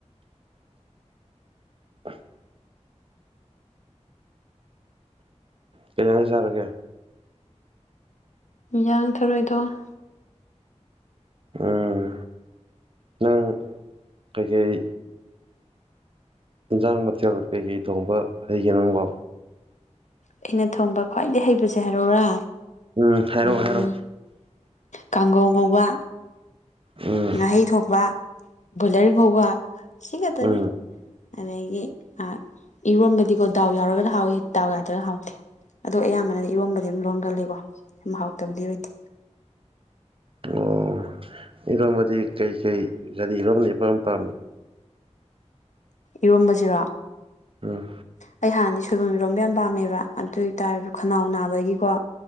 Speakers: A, on the right; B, on the left.
A: <inaudible> ꯀꯩ ꯍꯤꯟꯖꯥꯡ ꯆꯥꯔꯒꯦ
B: ꯌꯥꯡ ꯊꯔꯣꯏ ꯊꯣꯡꯑꯦ
A: ꯎꯝ ꯅꯪ ꯀꯩꯀꯩ ꯏꯟꯖꯥꯡ ꯃꯊꯦꯜ ꯀꯩꯀꯩ ꯊꯣꯡꯕ ꯍꯩꯒ ꯅꯪꯕꯣ
B: ꯑꯩꯅ ꯊꯣꯡꯕ ꯈ꯭ꯋꯥꯏꯗꯒꯤꯩ ꯍꯩꯕꯁꯦ ꯍꯥꯏꯔꯣꯔꯥ
A: ꯎꯝ ꯍꯥꯏꯔꯛꯑꯣ
B: ꯎꯝ
A: ꯍꯥꯏꯔꯛꯑꯣ
B: ꯀꯥꯡꯒꯧ ꯉꯧꯕ
A: ꯎꯝ
B: ꯉꯥꯍꯩ ꯊꯣꯛꯄ ꯕꯣꯏꯂꯔ ꯉꯧꯕ ꯁꯤ ꯈꯛꯇꯅꯤ
A: ꯎꯝ
B: ꯑꯗꯒꯤ ꯏꯔꯣꯟꯝꯕꯗꯤꯀꯣ ꯗꯥꯎ ꯌꯥꯎꯔꯒ ꯍꯥꯎꯋꯤ ꯗꯥꯎ ꯌꯥꯗ꯭ꯔꯒ ꯍꯥꯎꯏ ꯑꯗꯣ ꯑꯌꯥꯝꯕꯅꯅ ꯏꯔꯣꯝꯕꯗꯤ ꯑꯗꯨꯝ ꯂꯣꯟꯒꯜꯂꯤꯀꯣ ꯁ ꯍꯥꯎꯇꯕꯗꯤ ꯑꯣꯏꯗꯦ
A: ꯑꯣ ꯏꯔꯣꯝꯃꯗꯤ ꯀꯩꯀꯩ ꯒꯥꯔꯤꯔꯣꯝ ꯕꯅ ꯏꯄꯥꯥꯝ ꯄꯥꯝꯃꯤ
B: ꯏꯔꯣꯝꯕꯁꯤꯔꯣ
A: ꯎꯝ
B: ꯑꯩ ꯍꯥꯟꯅꯤ ꯁꯣꯏꯕꯨꯝ ꯏꯔꯣꯝꯕ ꯕꯥꯝ ꯄꯥꯝꯃꯦꯕ ꯑꯗꯨ ꯑꯣꯏꯇꯥꯔꯁꯨ ꯈꯅꯥꯎ ꯅꯥꯕꯒꯤꯀꯣ